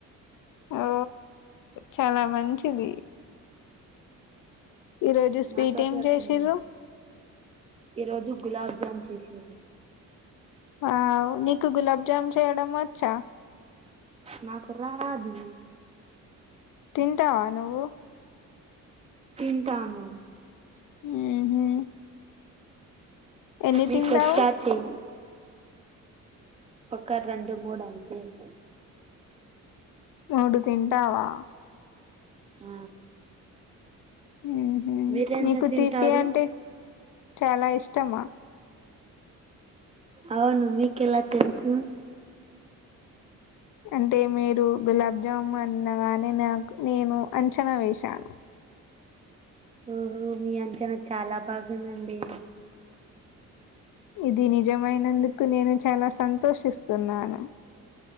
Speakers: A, on the left; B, on the right.
A: ఓ చాలా మంచిది ఈ రోజు స్వీట్
B: మాతోటి
A: ఏం
B: అట్లుండదు
A: జెశిర్రు
B: ఈ రోజు గులాబ్జామ్ చేశిర్రు
A: వావ్ నీకు గులాబ్జామ్ చేయడం వచ్చా
B: నాకు రాదు
A: తింటావా నువ్వు
B: తింటాను
A: ఊహూ ఎన్ని
B: మీకు
A: తింటావు
B: వచ్చా చెయ్ ఒక రెండు మూడు అంతే ఇగ
A: మూడు తింటావా
B: ఆ
A: ఉహు
B: మీరెంత
A: నీకు
B: తింటాడు
A: తీపి అంటే చాలా ఇష్టమా
B: అవును మీకెలా తెలుసు
A: అంటే మీరు గులాబ్ జాము అనగానే నాకు నేను అంచనా వేశాను
B: ఓహో మీ అంచనా చాలా బాగుందండి
A: ఇది నిజమైనందుకు నేను చాలా సంతోషిస్తున్నాను